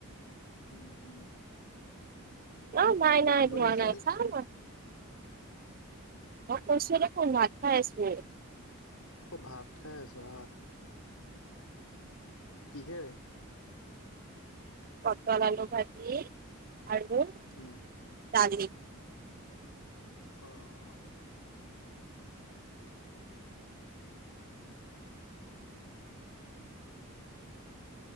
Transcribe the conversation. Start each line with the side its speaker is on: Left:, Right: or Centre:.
Left: উম, উম।
Right: অ', নাই
Left: পঢ়াত
Right: নাই
Left: বহি
Right: ধোৱা
Left: আছা
Right: নাই
Left: নেকি
Right: চাম আ মই কৈছোয়ে দেখোন ভাত খাই আছো।
Left: অ', ভাত খাই আছা? কিহেৰে?
Right: পতল আলু ভাজি আৰু
Left: উম।
Right: দালি।
Left: অ'। <inaudible>